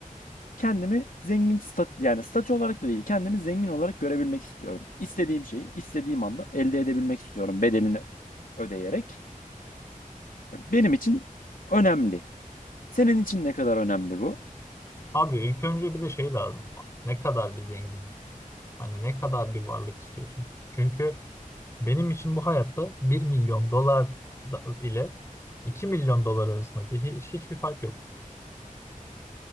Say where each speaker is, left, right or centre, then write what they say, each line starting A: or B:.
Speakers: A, on the left (about 75°); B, on the left (about 20°).
A: Kendimi zengin stat yani statü olarak da değil, kendimi zengin olarak görebilmek istiyorum. İstediğim şeyi istediğim anda elde edebilmek istiyorum bedelini ödeyerek. E, Benim için önemli. Senin için ne kadar önemli bu?
B: Abi ilk önce bir de şey lazım. Ne kadar bir zenginlik? Hani ne kadar bir varlık istiyorsun? Çünkü benim için bu hayatta bir milyon dolar da- ile 2 milyon dolar arasındaki hiç, hiçbir fark yok.